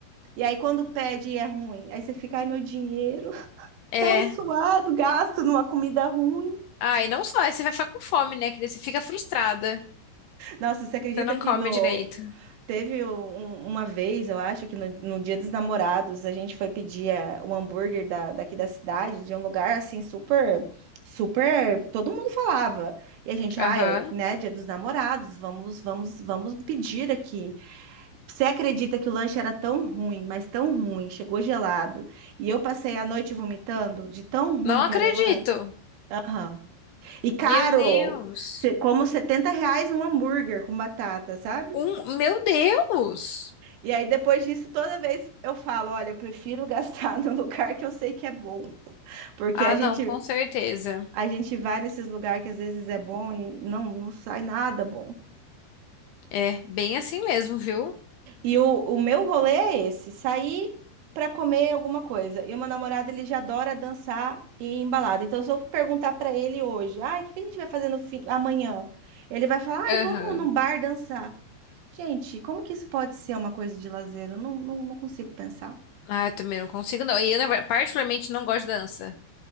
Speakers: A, on the right; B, on the left.
A: E aí, quando pede, é ruim. Aí você fica, ai, meu dinheiro, <laughs>
B: É.
A: tão suado, gasto numa comida ruim.
B: Ai, não só, aí você vai ficar com fome, né? Que daí você fica frustrada.
A: Nossa, você acredita
B: Você não
A: que
B: come
A: no,
B: direito.
A: Teve um- um, uma vez, eu acho, que no, no Dia dos Namorados, a gente foi pedir eh, um hambúrguer da, daqui da cidade, de um lugar assim super, super, todo mundo falava. E a gente, ah,
B: Aham.
A: é, né, Dia dos Namorados, vamos, vamos, vamos pedir aqui. Você acredita que o lanche era tão ruim, mas tão ruim, chegou gelado. E eu passei a noite vomitando de tão ruim
B: Não
A: que
B: acredito.
A: era o lanche. Aham. E caro,
B: Meu Deus.
A: cê- como 70 reais um hambúrguer com batata, sabe?
B: Um, meu Deus!
A: E aí, depois disso, toda vez eu falo: olha, eu prefiro <laughs> gastar no lugar que eu sei que é bom. Porque
B: Ah,
A: a gente,
B: não, com certeza.
A: a gente vai nesses lugares que às vezes é bom e não, não sai nada bom.
B: É, bem assim mesmo, viu?
A: E o, o meu rolê é esse: sair para comer alguma coisa. E o meu namorado, ele já adora dançar e embalada. Então, se eu perguntar para ele hoje: ai, o que que a gente vai fazer no fim, amanhã? Ele vai falar: ai,
B: Aham.
A: vamos num bar dançar. Gente, como que isso pode ser uma coisa de lazer? Eu não, não, não consigo pensar.
B: Ah, eu também não consigo, não. E eu, na verdade, particularmente, não gosto de dança.